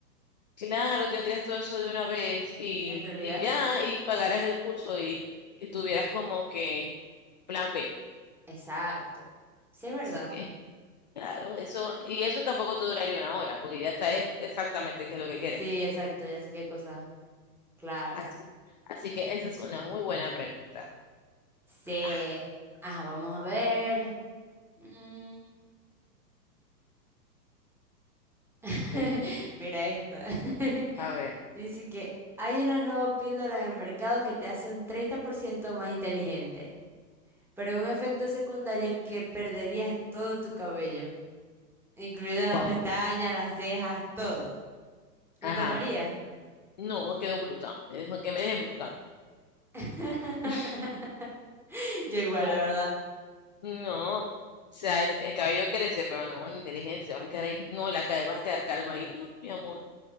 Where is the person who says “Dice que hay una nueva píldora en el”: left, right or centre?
Centre